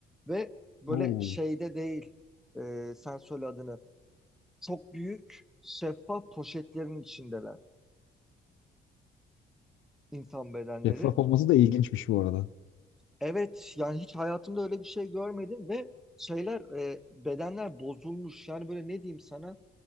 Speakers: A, in the centre; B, on the left (about 80°).
A: ve böyle
B: Oo,
A: şeyde değil. e, sen söyle adını. Çok büyük şeffaf poşetlerin içindeler insan bedenleri.
B: şeffaf olması da ilginçmiş bu arada.
A: Evet yani hiç hayatımda öyle bir şey görmedim ve şeyler e, bedenler bozulmuş yani böyle ne diyeyim sana